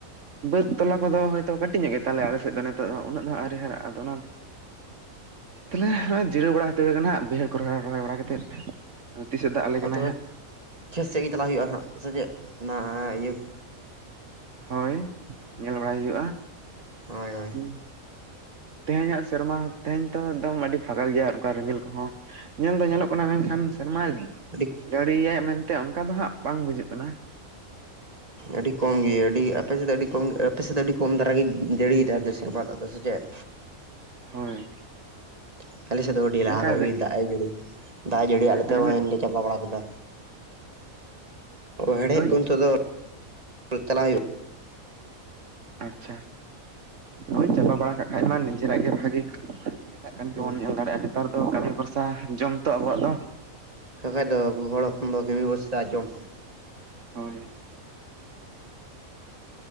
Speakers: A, on the right; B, on the right.
A: ᱵᱟᱹᱫ ᱛᱚᱞᱟ ᱠᱚᱫᱚ ᱦᱚᱭ ᱛᱳ ᱠᱟᱹᱴᱤᱡ ᱧᱚᱜ ᱜᱮ ᱛᱟᱞᱮᱭᱟ ᱟᱞᱮ ᱥᱮᱫ ᱫᱚ ᱱᱤᱛᱚᱜ ᱫᱚ ᱩᱱᱟᱹᱜ ᱟᱹᱣᱨᱤ ᱦᱟᱨᱟᱜ-ᱟ ᱚᱱᱟ ᱛᱟᱦᱚᱞᱮ ᱱᱚᱜ-ᱚᱭ ᱡᱤᱨᱟᱹᱣ ᱵᱟᱲᱟ ᱦᱟᱛᱟᱹᱲᱟ ᱠᱟᱱᱟ ᱦᱟᱸᱜ ᱵᱟᱹᱭᱦᱟᱹᱲ ᱠᱚ ᱨᱚᱨᱮ ᱨᱚᱦᱚᱭ ᱵᱟᱲᱟ ᱠᱟᱛᱮᱫ ᱛᱤᱥᱮ ᱫᱟᱜ ᱟᱞᱮ ᱠᱟᱱᱟᱭ
B: ᱛᱚᱵᱮ
A: ᱦᱟᱸᱜ
B: ᱠᱷᱮᱛ ᱥᱮᱫ ᱜᱮ ᱪᱟᱞᱟᱜ ᱦᱩᱭᱩᱜ-ᱟ ᱦᱟᱸᱜ ᱥᱮ ᱪᱮᱫ ᱚᱱᱟ ᱤᱭᱟᱹ
A: ᱦᱳᱭ ᱧᱮᱞ ᱵᱟᱲᱟᱭ ᱦᱩᱭᱩᱜ-ᱟ᱾
B: ᱦᱳᱭ ᱦᱳᱭ
A: ᱦᱩᱸ ᱛᱮᱦᱮᱧ ᱟᱜ ᱥᱮᱨᱢᱟ ᱛᱮᱦᱮᱧ ᱛᱚ ᱮᱠᱫᱚᱢ ᱟᱹᱰᱤ ᱯᱷᱟᱸᱠᱟ ᱜᱮᱭᱟ ᱚᱱᱠᱟ ᱨᱤᱢᱤᱞ ᱠᱚᱦᱚᱸ ᱧᱮᱞ ᱫᱚ ᱧᱮᱞᱚᱜ ᱠᱟᱱᱟ ᱢᱮᱱᱠᱷᱟᱱ ᱥᱮᱨᱢᱟ
B: <unintelligible>
A: ᱡᱟᱹᱲᱤᱭᱟᱭ ᱢᱮᱱᱛᱮ ᱚᱱᱠᱟ ᱫᱚ ᱦᱟᱸᱜ ᱵᱟᱝ ᱵᱩᱡᱩᱜ ᱠᱟᱱᱟ᱾
B: ᱟᱹᱰᱤ ᱠᱚᱢ ᱜᱮ ᱟᱹᱰᱤ ᱟᱯᱮ ᱥᱮᱫ ᱫᱚ ᱟᱹᱰᱤ ᱠᱚᱢ ᱟᱯᱮ ᱥᱮᱫ ᱫᱚ ᱟᱹᱰᱤ ᱠᱚᱢ ᱫᱷᱟᱨᱟ ᱜᱮ ᱡᱟᱹᱲᱤᱭᱟ ᱫᱚ ᱥᱮᱨᱢᱟ ᱫᱟᱜ ᱫᱚ ᱥᱮ ᱪᱮᱫ?
A: ᱦᱳᱭ
B: <unintelligible> ᱟᱞᱮᱥᱮᱫ ᱫᱚ ᱟᱹᱰᱤ ᱞᱟᱦᱟ
A: ᱢᱮᱱᱠᱷᱟᱱ
B: ᱠᱷᱚᱡ ᱜᱮ ᱫᱟᱜ ᱮ ᱡᱟᱹᱲᱤ ᱫᱟᱜ ᱮ ᱡᱟᱹᱲᱤ ᱟᱞᱮ
A: ᱨᱤᱢᱤᱞ
B: ᱦᱚᱸᱭ ᱞᱮ ᱪᱟᱵᱟ ᱵᱟᱲᱟ ᱠᱮᱫᱟ᱾ ᱦᱮᱲᱦᱮᱫ
A: ᱦᱳᱭ
B: ᱠᱚ ᱱᱤᱛ ᱫᱚ <unintelligible> ᱪᱟᱞᱟᱜ ᱦᱩᱭᱩᱜ
A: ᱟᱪᱪᱷᱟ ᱦᱳᱭ ᱪᱟᱵᱟ ᱵᱟᱲᱟ ᱠᱟᱜ ᱠᱷᱟᱡ ᱢᱟ ᱱᱤᱡᱮᱨᱟᱜ ᱜᱮ ᱵᱷᱟᱹᱜᱤ᱾ ᱮᱴᱟᱜ ᱠᱟᱹᱢᱤ ᱠᱚᱵᱚᱱ
B: ᱦᱳᱭ
A: ᱧᱮᱞ ᱫᱟᱲᱮᱭᱟᱜ-ᱟ ᱱᱮᱛᱟᱨ ᱫᱚ ᱠᱟᱹᱢᱤ ᱵᱷᱚᱨᱥᱟ ᱡᱚᱢ ᱛᱚ ᱟᱵᱚᱣᱟᱜ ᱫᱚ
B: ᱦᱮ ᱵᱟᱠᱷᱟᱡ ᱫᱚ ᱟᱵᱚ ᱦᱚᱲ ᱦᱚᱯᱚᱱ ᱫᱚ ᱠᱟᱢᱤ ᱵᱚᱨᱥᱟ ᱡᱚᱢ
A: ᱦᱳᱭ